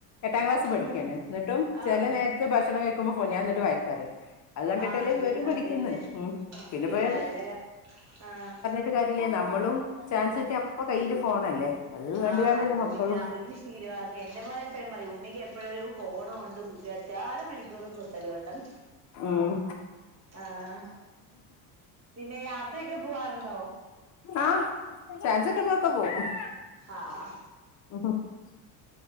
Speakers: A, on the left; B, on the right.
A: എട്ടാം ക്ലാസ് പഠിക്കുകയാണ്
B: ഉം
A: എന്നിട്ടും ചില
B: ആഹ്
A: നേരത്തെ ഭക്ഷണം കഴ ക്കുമ്പ ഞാൻ എന്നിട്ട് വാഴക്കാറിയും അത് കണ്ടിട്ടല്ലേ
B: ആഹ്
A: ഇവരും
B: തന്നെ
A: പഠിക്കുന്നു
B: അത് തന്നെ
A: ഉം പിന്നെ
B: പിള്ളേരുടെ
A: പോയാ
B: ആഹ്
A: ക നമ്മളും ചാൻസ് കിട്ടി അപ്പൊ കയ്യിൽ ഫോണല്ലേ അത് കണ്ട്
B: ആഹ്
A: കണ്ടല്ലേ
B: അത്
A: മക്കളും
B: പിന്നെ അവര് ശീലവാ ഓ എന്റെ മോനെ എപ്പോഴും പറയും ഉമ്മിക്ക് എപ്പോഴും ഒരു ഫോണുണ്ട് വെ മണിക്കൂറും കുത്തല ഉണ്ടന്ന്
A: ഉം
B: ആഹ് പിന്നെ യാത്രയൊക്കെ പോവാറുണ്ടോ
A: ആഹ് ചാൻസ് കിട്ടുമ്പളൊക്കെ പോവും
B: ആഹ്
A: <inaudible>